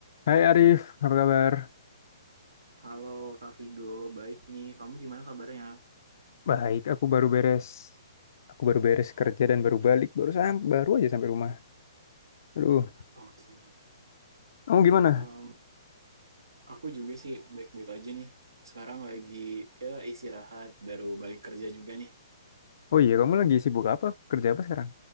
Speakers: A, on the left (about 60°); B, on the right (about 85°).
A: Hai Arif, apa kabar?
B: Halo Kak Vigo, baik nih. Kamu gimana kabarnya?
A: Baik, aku baru beres. Aku baru beres kerja dan baru balik, baru sam baru aja sampai rumah. Aduh,
B: Oke.
A: kamu gimana?
B: Em, aku juga sih baik-baik aja nih. Sekarang lagi ya istirahat, baru balik kerja juga nih.
A: Oh iya, kamu lagi sibuk apa? Kerja apa sekarang?